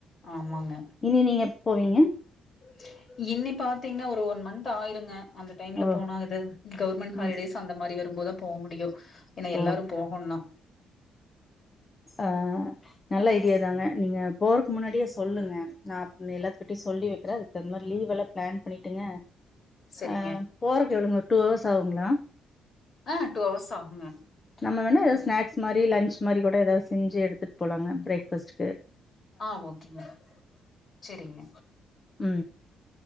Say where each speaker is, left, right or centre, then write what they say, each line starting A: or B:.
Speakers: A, on the left; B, on the left.
A: ஆமாங்க.
B: இனி நீங்க ப் போவீங்க
A: ச இன்னி பாத்தீங்னா ஒரு ஒன் மந்த் ஆயிருங்க அந்த டைம்ல
B: ஓ
A: போனா இது கவர்மெண்ட் ஹாலிடேஸ்
B: ம்
A: அந்த மாரி வரும்போதா போ முடியு ஏனா
B: ஓ
A: எல்லாரு போகோண்னா
B: ஆ நல்ல ஐடியாதாங்க நீங்க போறக்கு முன்னாடியே சொல்லுங்க நா எல்லாத்துக்கிட்டையு சொல்லி வக்கிறே அதுக்குதகுந்த மார் லீவ் எல்லா பிளான் பண்ணிட்டுங்க
A: சரிங்க.
B: அ போறக்கு <unintelligible> டூ ஹவர்ஸ் ஆகுங்களா
A: ஆ டூ ஹவர்ஸ் ஆகுங்க
B: நம்ம வேணா ஏதா ஸ்னாக்ஸ் மாரி லன்ச் மாரி கூட ஏதாது செஞ்சி எடுத்துட்டு போலாங்க பிரேக்ஃபாஸ்ட்டுக்கு
A: ஆ ஓகேங்க சரிங்க
B: உ